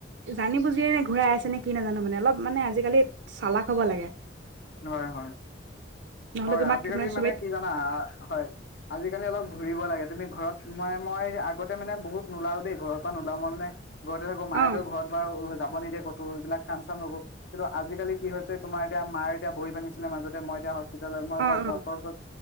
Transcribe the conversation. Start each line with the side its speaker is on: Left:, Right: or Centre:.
Right: জানি বুজিয়ে ঘূই আছে কি নাজানো মানে অলপ। মানে আজিকালি চালাক। হ'ব লাগে।
Left: হয় হয়।
Right: নহ'লে
Left: হয়,
Right: তোমাক
Left: আজিকালি
Right: চবে
Left: মানে কি জানা হয় আজিকালি অলপ। ঘুৰিব লাগে, তুমি ঘৰত মানে মই আগতে মানে বহুত নোলাও দেই ঘৰৰ পৰা নোলাও মই মানে। ঘৰতে থাকো মায়েতো
Right: অ
Left: ঘৰত বাৰ যাব নিদিয়ে। কতো, এইবিলাক খাম চাম লগো কিন্তু আজিকালি কি হৈছে তোমাৰ এতিয়া মাৰ এতিয়া ভৰি ভাঙিছিলে মাজতে মই এতিয়া হস্পিটেলত। মই
Right: অ
Left: তক
Right: অ
Left: ডক্টৰ ওচৰত